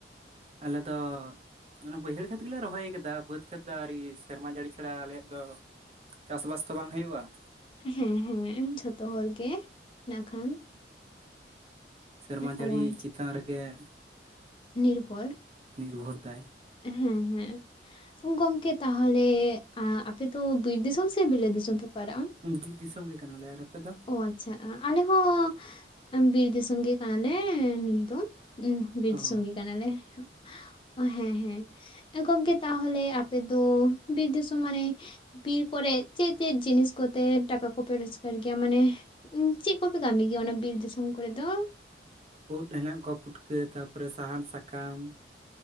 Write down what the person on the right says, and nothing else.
ᱟᱞᱮ ᱫᱚ ᱚᱱᱟ ᱵᱟᱹᱭᱦᱟᱹᱲ ᱠᱷᱮᱛ ᱜᱮᱞᱮ ᱨᱚᱦᱚᱭ ᱟᱠᱟᱫᱟ ᱾ ᱵᱟᱹᱫᱽ ᱠᱷᱮᱛ ᱫᱚ ᱟᱹᱣᱨᱤ ᱥᱮᱨᱢᱟ ᱡᱟᱹᱲᱤ ᱪᱷᱟᱲᱟ ᱟᱞᱮᱭᱟᱜ ᱫᱚ ᱪᱟᱥᱵᱟᱥ ᱛᱚ ᱵᱟᱝ ᱦᱩᱭᱩᱜ-ᱟ ᱾
ᱥᱮᱨᱢᱟ ᱡᱟᱹᱲᱤ
ᱪᱮᱛᱟᱱ ᱨᱮᱜᱮ ᱾
ᱱᱤᱨᱵᱷᱚᱨ ᱫᱟᱭ ᱾
ᱵᱤᱨ ᱫᱤᱥᱚᱢ ᱜᱮ ᱠᱟᱱᱟᱞᱮ ᱾ ᱟᱨ ᱟᱯᱮ ᱫᱚ?
ᱚ
ᱳᱴ ᱦᱮᱱᱟᱜ ᱠᱚᱣᱟ, ᱯᱩᱴᱠᱟᱹ ᱛᱟᱨᱯᱚᱨᱮ ᱥᱟᱦᱟᱱ, ᱥᱟᱠᱟᱢ ᱾